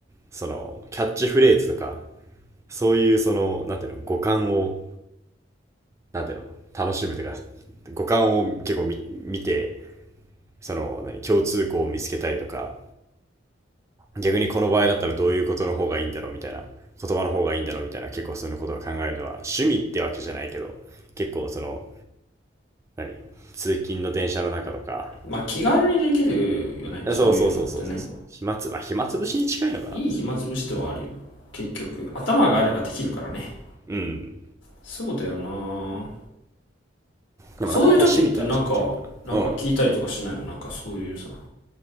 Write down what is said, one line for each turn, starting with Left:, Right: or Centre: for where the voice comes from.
Right: そのキャッチフレーズとか、そういうその、なんていうの、五感を、なんていうの、楽しむというか、五感を結構み見て、その、何、共通項を見つけたりとか、逆にこの場合だったらどういうことの方がいいんだろうみたいな、言葉の方がいいんだろうみたいな、結構そういうことを考えるのは、趣味ってわけじゃないけど、結構その、何通勤の電車の中とか。
Left: まあ気軽にできるよねそういうのってね
Right: そうそうそうそうそうそう。暇つ、まあ、暇つぶしに近いのかな。
Left: いい暇つぶしではあるよ結局頭があればできるからね
Right: うん。
Left: そうだよな
Right: でもなかなか趣味とはちょっと違うかな。
Left: そういう時ってなんかなんか聞いたりとかしないのなんかそういうさ
Right: うん。